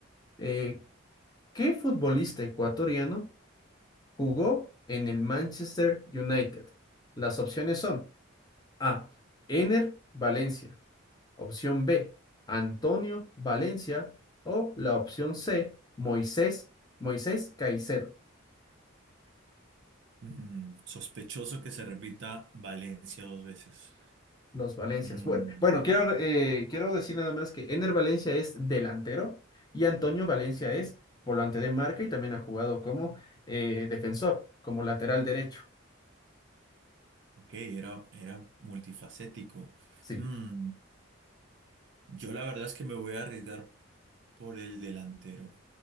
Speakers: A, on the left; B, on the right.
A: Eh, ¿qué futbolista ecuatoriano jugó en el Manchester United? Las opciones son A. Ener Valencia. Opción B, Antonio Valencia. O la opción C, Moisés, Moisés Caicedo,
B: Mm, sospechoso que se repita Valencia dos veces.
A: los Valencias.
B: Mm,
A: Bueno, bueno, quiero, eh, quiero decir nada más que Ener Valencia es delantero y Antonio Valencia es volante de marca y también ha jugado como eh, defensor, como lateral derecho.
B: ok, era, era multifacético.
A: Sí.
B: Mm, Yo la verdad es que me voy a arriesgar por el delantero,